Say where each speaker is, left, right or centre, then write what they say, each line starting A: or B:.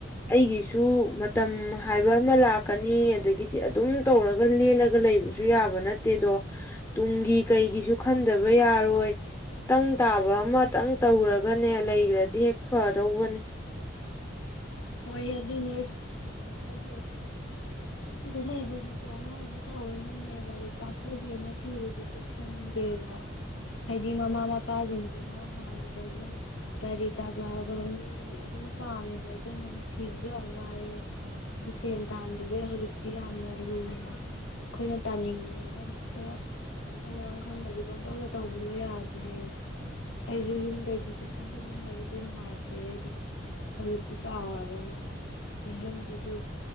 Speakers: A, on the left (about 15°); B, on the left (about 80°).
A: ꯑꯩꯒꯤꯁꯨ ꯃꯇꯝ ꯍꯥꯏꯕ ꯑꯃ ꯂꯥꯛꯀꯅꯤ ꯑꯗꯒꯤꯗꯤ ꯑꯗꯨꯝ ꯇꯧꯔꯒ ꯂꯦꯜꯂꯒ ꯂꯩꯕꯁꯨ ꯌꯥꯕ ꯅꯠꯇꯦꯗꯣ ꯇꯨꯡꯒꯤ ꯀꯩꯒꯤꯁꯨ ꯈꯟꯗꯕ ꯌꯥꯔꯣꯏ ꯇꯪ ꯇꯥꯕ ꯑꯃꯇꯪ ꯇꯧꯔꯒꯅꯦ ꯂꯩꯈ꯭ꯔ ꯗꯤ ꯍꯦꯛ ꯐꯗꯧꯕꯅꯦ
B: ꯍꯣꯏ ꯑꯗꯨꯅꯦ ꯑꯩꯁꯨ ꯈꯜꯂꯤꯁꯦ ꯑꯗꯣ ꯁ꯭ꯋꯥꯏꯗ ꯂꯩꯕꯁꯤꯁꯨ ꯑꯉꯥꯡꯁꯦ ꯊꯑꯣꯏꯅꯅꯦ ꯂꯥꯏꯔꯤꯛ ꯇꯥꯛꯆꯒꯦꯅ ꯊꯤꯕꯁꯤꯁꯨ ꯐꯪꯗꯦꯕ ꯍꯥꯏꯗꯤ ꯃꯃꯥ ꯃꯄꯥꯁꯤꯡꯁꯤꯅ ꯍꯥꯟꯅꯗꯒꯤ ꯂꯥꯏꯔꯤꯛ ꯇꯥꯛꯂꯛꯑꯕ ꯃꯤ ꯑꯗꯨꯝ ꯄꯥꯝꯃꯦꯕ ꯑꯗꯨꯅꯅꯦ ꯊꯤꯕꯁꯨ ꯌꯥꯝ ꯋꯥꯏꯑꯦ ꯑꯩꯅ ꯁꯦꯟ ꯇ ꯑꯗꯨꯁꯦ ꯍꯧꯖꯤꯛꯇꯤ ꯌꯥꯝꯅ ꯂꯨꯅꯦ ꯑꯩꯈꯣꯏꯅ ꯇꯥꯅꯤꯡꯉꯦꯅ ꯍꯦꯛꯇ ꯃꯊꯊꯧ ꯃꯔꯝ ꯈꯪꯗꯕꯤ ꯄꯝꯗꯧꯅ ꯇꯧꯕꯗꯣ ꯌꯥꯗ꯭ꯔꯦ ꯑꯩꯁꯨ ꯌꯨꯝꯗꯒꯤ ꯄꯩꯁꯥ ꯁꯨꯝꯕ ꯍꯥꯏꯕꯁꯨ ꯅꯨꯡꯉꯥꯏꯇ꯭ꯔꯦ ꯍꯥꯏꯗꯤ ꯍꯧꯖꯤꯛꯇꯤ ꯆꯥꯎ꯭ꯔꯔꯕꯅꯤꯅ ꯑꯗꯤ ꯌꯨꯝꯗꯁꯨ